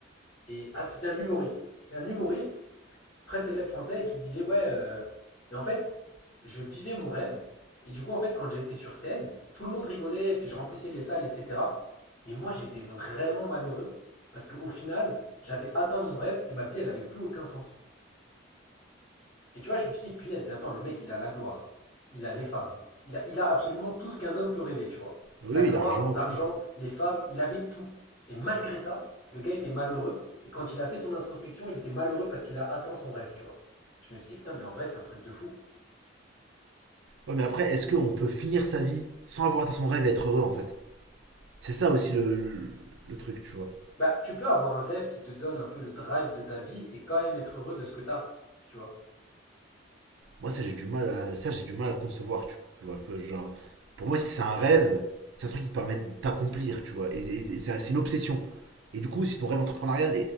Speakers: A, on the left (about 30°); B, on the right (about 70°).
A: Et ah, c'était un humoriste. un humoriste très célèbre français qui disait Ouais, euh, mais en fait, je vivais mon rêve. Et du coup, en fait, quand j'étais sur scène, tout le monde rigolait, puis je remplissais les salles, etc. Mais moi, j'étais vraiment malheureux parce qu'au final, j'avais atteint mon rêve et ma vie, elle n'avait plus aucun sens. Et tu vois, je me suis dit, punaise, mais attends, le mec, il a la gloire. Il a les femmes. Il a, il a absolument tout ce qu'un homme peut rêver, tu vois.
B: Oui,
A: La
B: oui,
A: gloire,
B: l'argent,
A: l'argent,
B: tout.
A: les femmes, il avait tout. Et malgré ça, le gars était malheureux. Et quand il a fait son introspection, il était malheureux parce qu'il a atteint son rêve, tu vois. Je me suis dit, putain, mais en vrai, c'est un truc de fou.
B: Ouais, mais après, est-ce qu'on peut finir sa vie sans avoir atteint son rêve et être heureux en fait C'est ça aussi le, le- le truc, tu vois.
A: Bah, tu peux avoir un rêve qui te donne un peu le drive de ta vie et quand même être heureux de ce que t'as, tu vois.
B: Moi, ça j'ai du mal à ça j'ai du mal à concevoir, tu vois. Enfin, Genre, pour moi, si c'est un rêve, c'est un truc qui te permet de t'accomplir, tu vois. Et, et- et c'est c'est une obsession. Et du coup, si ton rêve entrepreneurial,